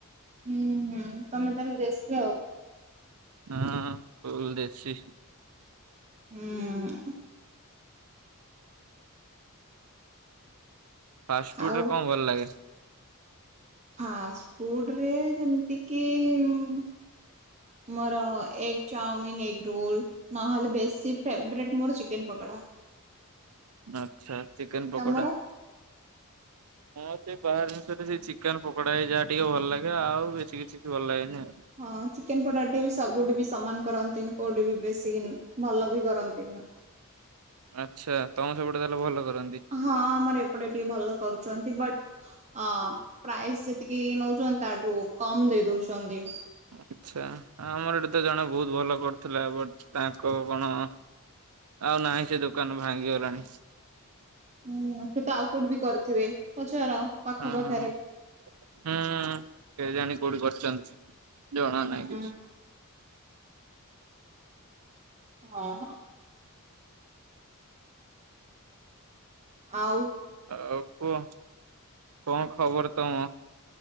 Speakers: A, on the right; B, on the right.
A: ହୁଁ ହୁଁ ତମେ ତାହେଲେ ଦେଶୀ ଆଉ।
B: ହଁ ଫୁଲ ଦେଶୀ।
A: ହୁଁ।
B: ଫାଷ୍ଟ ଫୁଡରେ
A: ଆଉ
B: କଣ ଭଲ ଲାଗେ?
A: ଫାଷ୍ଟ ଫୁଡରେ ଯେମିତି କିି ଉଁ ମୋର ଏଗ ଚାଓମିିନ, ଏଗ ରୋଲ। ନହେଲେ ବେଶୀ ଫେବରେଟ ମୋର ଚିକେନ ପକୋଡା।
B: ଆଚ୍ଛା ଚିକେନ ପକୋଡା।
A: ତମର?
B: ହଁ ସେଇ ବାହାର ଜିନିଷରେ ସେଇ ଚିକେନ ପକଡା ହେଇ ଯାହା ଟିକେ ଭଲ ଲାଗେ ଆଉ ବେଶୀ କିଛି ବି ଭଲ ଲାଗେନି।
A: ହଁ ଚିକେନ ପଡା ଟା ବି ସବୁଠି ବି ସମାନ କରନ୍ତିନି କୋଉଠି ବି ବେଶୀ କିନା ଭଲ ବି କରନ୍ତିନି
B: ଆଚ୍ଛା ତମ ସେପଟେ ତାହେଲେ ଭଲ କରନ୍ତି।
A: ହଁ ଆମର ଏପଟେ ଟିକେ ଭଲ କରୁଛନ୍ତି ବଟ୍ ଅ ପ୍ରାଇଶୁ ଯେତିକି ନଉଛନ୍ତି ତାଠୁ କମ ଦେଇ ଦଉଛନ୍ତି।
B: ଆଚ୍ଛା ଆମର ଏଠି ତ ଜଣେ ବହୁତ ଭଲ କରୁଥିଲା ବଟ ତାଙ୍କ କଣ? ଆଉ ନାହିଁ ସେ ଦୋକାନ ଭାଙ୍ଗିଗଲାଣି।
A: ହୁଁ ସେ ତ ଆଉ କୋଉଠି ବି କରିଥିବେ ପଚାର। ପାଖ
B: ହଁ
A: ପାଖରେ
B: ହୁଁ କେଜାଣି କୋଉଠି କରିଛନ୍ତି। ଜଣା
A: ହୁଁ।
B: ନାହିଁ କିଛି।
A: ହଁ ହଁ। ଆଉ
B: ଆଉ କୁହ କଣ ଖବର ତମ